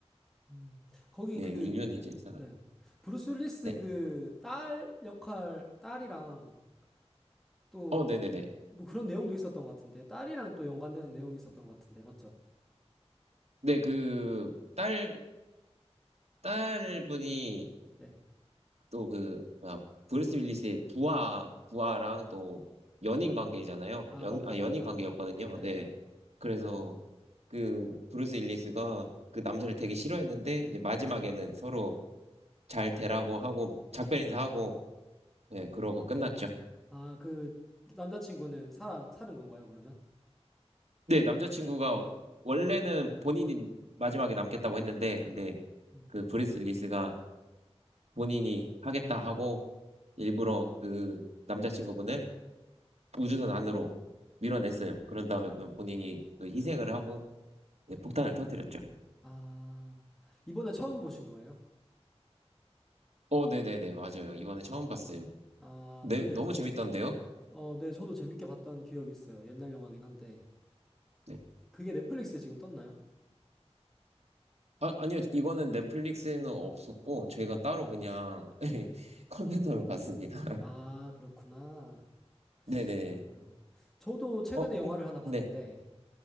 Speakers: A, in the centre; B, on the right.
A: 음. 거기
B: 예,
A: 그,
B: 인류는 이제 이 사람.
A: 네. 브루스 윌리스
B: 네.
A: 그 딸 역할, 딸이랑 또
B: 어, 네네네.
A: 뭐 그런 내용도 있었던 것 같은데. 딸이랑 또 연관되는 내용이 있었던 것 같은데. 맞죠?
B: 네, 그, 딸, 딸분이
A: 네.
B: 또 그 뭐야 브루스 윌리스의 부하 부하랑 또 연인 관계잖아요.
A: 아,
B: 연,
A: 맞다,
B: 아
A: 맞다.
B: 연인 관계였거든요.
A: 네,
B: 네.
A: 네.
B: 그래서 그 브루스 윌리스가 그 남자를 되게 싫어했는데 이제 마지막에는 서로 잘 되라고 하고 작별 인사하고 네,
A: 음.
B: 그러고 끝났죠.
A: 아, 그 남자친구는 사랑, 사는 건가요, 그러면?
B: 네, 남자친구가 원래는 본인이 마지막에 남겠다고 했는데 근데
A: 음.
B: 그 브루스 윌리스가 본인이 하겠다 하고 일부러 그 남자친구분을 우주선 안으로 밀어냈어요. 그런 다음에 그냥 본인이 그 희생을 하고 네, 폭탄을 터뜨렸죠.
A: 아, 이번에 처음 보신 거예요?
B: 어, 네네네, 맞아요. 이번에 처음 봤어요.
A: 아,
B: 네,
A: 그 넷,
B: 너무 재밌던데요?
A: 어, 네, 저도 재밌게 봤던 기억이 있어요. 옛날 영화긴 한데.
B: 네.
A: 그게 넷플릭스에 지금 떴나요?
B: 아, 아니요, 이거는 넷플릭스에는 없었고, 저희가 따로 그냥 <laughs>
A: 네.
B: 컴퓨터로 봤습니다. <laughs>
A: 아, 그렇구나.
B: 네네.
A: 아, 저도 최근에
B: 어,
A: 영화를
B: 혹,
A: 하나 봤는데,
B: 네,